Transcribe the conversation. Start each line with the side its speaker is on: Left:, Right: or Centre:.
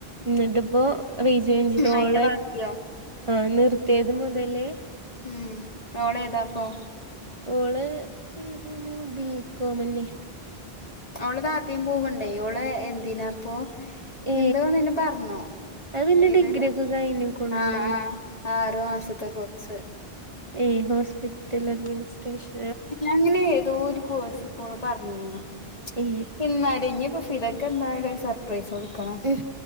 Right: എന്നിട്ടിപ്പോ റീജോ ചെയതോള
Left: അയിന്റെ ബാക്കിയോ
Right: അ നിർത്തിയത് മുതല്
Left: ഉം മോളെതാപ്പം
Right: ഓള് ഏതേനു ബീക്കോമന്നെ
Left: അവള് താത്തിം പോക്ണ്ടേ അവള് എന്തിനാ പ്പൊ
Right: ഏ
Left: എന്തോ ന്ന്ന് പറഞ്ഞു
Right: അത് പിന്നെ
Left: ഏതൊരു
Right: ഡിഗ്രി ഒക്കെ കഴിഞ്ഞിക്കണല്ലോല്ലേ
Left: ആഅ ആറു മാസത്തെ കോഴിസ്
Right: ഏ ഹോസ്പിറ്റൽ അഡ്മിനിസ്ട്രേഷൻ
Left: അങ്ങനെ ഏതോ ഒരു കോഴ്സ് ഇപ്പോപറന്നിന്നു
Right: ഏ
Left: ഇന്നാടി ഇനിപ്പൊ ഫിദക് എന്തായാലും ഒരു സർപ്രൈസ് കൊടുക്കണം
Right: ഉം.